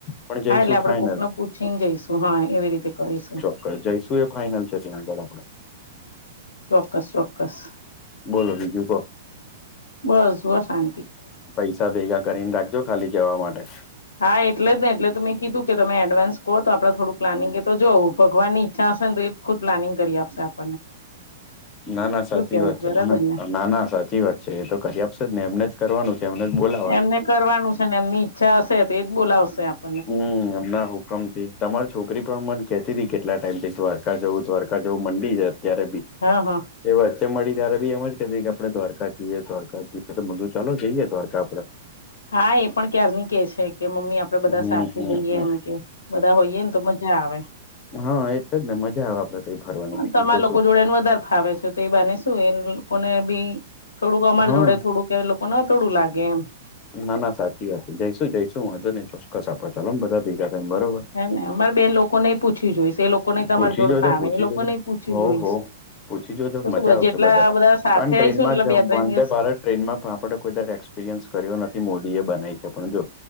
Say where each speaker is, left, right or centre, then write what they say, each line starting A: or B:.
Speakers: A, on the left; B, on the left.
A: પણ
B: હા
A: જઈશું
B: એટલે આપણે
A: ફાઈનલ
B: કોક ને પૂછીને જઈશું હા એવી રીતે કરીશું.
A: પણ જાયશુ એ ફાઈનલ છે ત્યાં આગળ આપડે.
B: ચોક્કસ ચોક્કસ.
A: બોલો બીજું તો.
B: બસ જોવો સા
A: પૈસા ભેગા કરીને રાખજો ખાલી જવા માટે.
B: હા એટલે જ ને એટલે તો મેં કીધું કે તમે એડવાન્સ કોહ તો આપણે થોડું પ્લાનિંગ એ તો જો ભગવાનની ઈચ્છા હશે ને એ ખુદ પ્લાનિંગ કરયે આપડે
A: ના ના સાચી
B: કેવું
A: વાત છે.
B: બરાબર
A: નાના
B: ને
A: નાના સાચી સાચી વાત છે એ તો કરયા આપશે ને એમને જ કરવાનું કેમ નય બોલા
B: એમને કરવાનું છે ને એમની ઈચ્છા હશે તો એજ બોલાવશે આપ
A: હમ હમણાં હુકમથી. તમારી છોકરી પણ મન કેતી ત કેટલા ટાઈમથી દ્વારકા જવું દ્વારકા જવું મંડી જ અત્યારે બી.
B: હા હા.
A: એ વચ્ચે મળી ત્યારે બી એમ જ કેહતી કે આપણે દ્વારકા જીએ, દ્વારકા જીએ તો મેં કીધું ચાલો જઈએ દ્વારકા આપડે.
B: હા એ પણ ક્યારનું કે છે. કે મમ્મી આપડે બધા
A: હમ
B: સાથે
A: હમ
B: જઈએ
A: હમ
B: એમ કે બધા હોઈએ ને તો મજા આવે.
A: હા એટલે જ ને મજા આવે આપડે ત્ય ફરવાની બીજું
B: તમારા
A: તો
B: લોકો
A: શું
B: જોડે ને વધારે ફાવે છે તો એ બાને શું એ લોકોને બી થોડુંક અમાર
A: હા
B: જોડે થોડુંક કે લોકો ના તોડું લાગે એમ.
A: ના ના સાચી વાત છે જઈશું જઈશું હંધો નને ચોક્કસ આપડે ચાલોમ બધા ભેગા થાયને બરોબર.
B: હ અમારે બેન લોકો નઈ પૂછ્યું જોઈશ એ લોકો તમાર
A: પૂછી
B: જોડફા
A: જોજો
B: આવે
A: પૂછી
B: એ લોકો
A: જોજો
B: ન પૂછ્યું
A: હોવ
B: જોઈશ.
A: હોવ પૂછી જો જો
B: તો
A: મજા
B: શું
A: આવશે
B: જેટલા
A: બધા,
B: સાથે
A: પણ ટ્રેનમાં
B: આવીશું ને એટલે બે ત્રણ
A: વંદે
B: દિવસ
A: ભારત ટ્રેનમાં પણ આપડે કોઈ ત એક્સપિરિયન્સ કર્યો નથી મોદી એ બનાવી છે પણ જો.